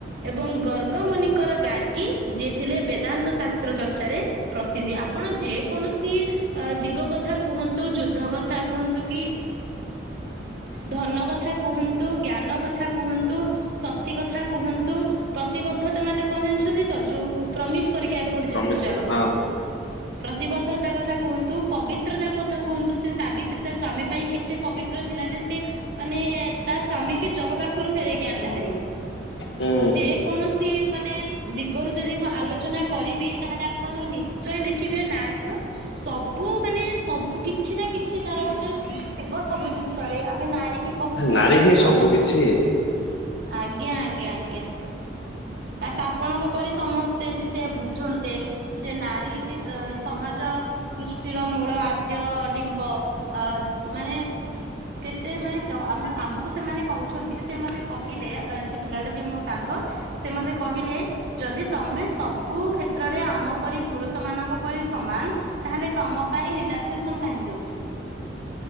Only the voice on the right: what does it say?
ଏବଂ ଗର୍ଗମୁନିଙ୍କର ଗାର୍ଗୀ ଯିଏ ଥିଲେ ବେଦାନ୍ତ ଶାସ୍ତ୍ର ଚର୍ଚ୍ଚାରେ ପ୍ରସିଦ୍ଧି ଆପଣ ଯେକୌଣସି ଦିଗ କଥା କୁହନ୍ତୁ ଯୁଦ୍ଧ କଥା କଥା କୁହନ୍ତୁ କି ଧନ କଥା କୁହନ୍ତୁ ଜ୍ଞାନ କଥା କୁହନ୍ତୁ ଶକ୍ତି କଥା କୁହନ୍ତୁ ପ୍ରତିବଦ୍ଧତା ମାନେ କଣ ଜାଣିଛନ୍ତି ତ ଯୋଉ ପ୍ରମିସ୍ କରିକି ଆମେ ଗୋଟେ
ଜିନିଷ ଯାଉ
ପ୍ରତିବଦ୍ଧତା କଥା କୁହନ୍ତୁ ପବିତ୍ରତା କଥା କୁହନ୍ତୁ ସେ ସାବିତ୍ରୀ ତା ସ୍ଵାମୀ ପାଇଁ କେତେ ପବିତ୍ର ଥିଲା ଯେ ସେ ମାନେ ତା ସ୍ଵାମୀ କି ଯମ ପାଖରୁ ଫେରାଇକି ଆଣିଲା ହାରିି
ଯେ କୌଣସି ମାନେ ଦିଗରୁ ଯଦି ମୁଁ ଆଲୋଚନା କରିବି ତାହେଲେ ଆପଣ ନିଶ୍ଚୟ ଦେଖିବେ ନାରୀର ସବୁ ମାନେ ସବୁ କିଛି ନା କିଛି କିଛି ତାର ଗୋଟେ ଥିବ ସବୁ ଜିନିଷରେ ଆମେ ନାରୀ କି କହୁଛେ
ଅଲ
ଆଜ୍ଞା ଆଜ୍ଞା ଆଜ୍ଞା ସେ ଆପଣଙ୍କ ପରି ସମସ୍ତେ ଯଦି ସେୟା ବୁଝନ୍ତେ ଯେ ନାରୀ ଅ ସମାଜ ସୃଷ୍ଟିର ମୂଳ ଆଦ୍ୟ ଡିମ୍ବ ଅ ମାନେ କେତେ ମାନେ ଆମେ ଆମକୁ ସେମାନେ କହୁଛନ୍ତି ସେ ମତେ କହିଲେ ସେ ପିଲାଟା ଯେ ମୋ ସାଙ୍ଗ ସେ ମତେ କହିଲେ ଯଦି ତମେ ସବୁ କ୍ଷେତ୍ରରେ ଆମ ପରି ପୁରୁଷ ମାନଙ୍କ ପରି ସମାନ ତାହେଲେ ତମ ପାଇଁ ରିଲାକ୍ସେସନ କାହିଁକି ଅଛି?